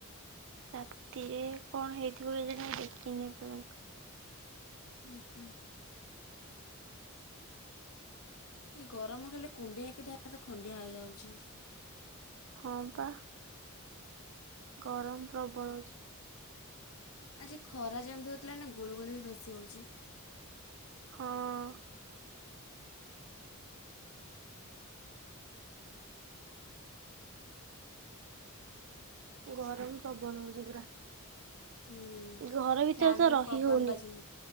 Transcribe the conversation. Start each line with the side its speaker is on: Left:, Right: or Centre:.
Right: ରାତିରେ କଣ ହେଇଥିବ କେଜାଣି ମୁଁ ଦେଖିନି ଏ ପର୍ଯ୍ୟନ୍ତ।
Left: ହୁଁ ହୁଁ।। ଏ ଗରମ ଖାଲି କୁଣ୍ଡେଇକି ଦେହ ହାତ ଖଣ୍ଡିଆ ହେଇଯାଉଛି।
Right: ହଁ ପା। ଗରମ ପ୍ରବଳ ହଉଛି।
Left: ଆଜି ଖରା ଯେମିତି ହଉଥିଲା ନା ଗୁଳୁ ଗୁଳି ବି ବେଶୀ ହଉଛି।
Right: ହଁ। ଗରମ ପ୍ରବଳ ହଉଛି ପୁରା।
Left: ହୁଁ
Right: ଘର ଭିତରେ
Left: ଫ୍ୟନ୍
Right: ତ
Left: ବି
Right: ରହି
Left: ପବନ
Right: ହଉନି
Left: ବାଜୁନି।